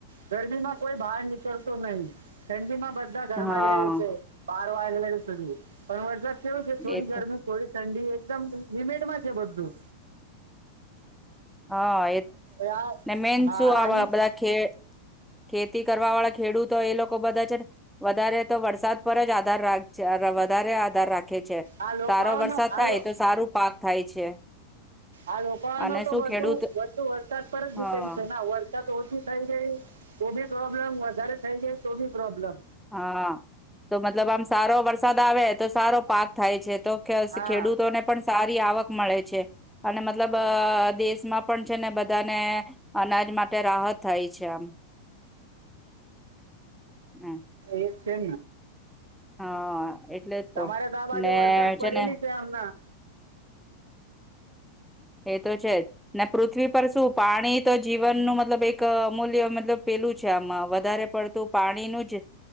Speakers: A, on the right; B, in the centre.
A: ગરમી માં કોઈ બહાર નીકળતો નહી ઠંડી માં બધા ઘરમાં
B: હા
A: જ રહે છે બા વાગ પણ વર્ષ કેવું છે થોડી
B: એ તો
A: ગરમી થોડી ઠંડી એકદમ લિમેટ માં છે, બધું
B: હા.
A: એ આ
B: મેન
A: હા
B: શું આવે
A: આની
B: બધા ને ઘેર ખેતી કરવા વાળા ખેડૂતો એ લોકો બધા છે ને, વધારે તો વરસાદ પર જ આધાર રાખે વધારે આધાર રાખે. રાખે છે
A: આ લોકોનો
B: સારો વરસાદ
A: આ
B: થાય
A: લો
B: તો સારો પાક થાય છે.
A: આ રોકાવાનો
B: અને
A: તો
B: શું
A: બધાને
B: ખેડૂત
A: વધુ વરસાદ પર જ ડિપેન્ડ
B: હા
A: છે ના વરસાદ ઓછો થાઈ છે. તો બી પ્રોબ્લેમ વધારે થઇ ગાય તો બી પ્રોબ્લેમ.
B: હા, તો મતલબ આમ સારો વરસાદ આવે તો સારો પાક થાય છે. તો
A: હા
B: ખેડૂતોને પણ સારી આવક મળે છે. અને મતલબ
A: હા
B: દેશમાં પણ છે ને, બધાને અનાજ માટે રાહત થાય છે આમ. હમ.
A: એ જ છે
B: હા. એટલે જ
A: તમારે તો આ બાજુ
B: ને
A: વરસાદ પડે
B: ને
A: છે આમના?
B: એ તો છે જ. પૃથ્વી પર શું પાણી તો જીવનનું મતલબ એક અમૂલ્ય મતલબ પેલું છે, આમાં વધારે પડતું પાણીનું જ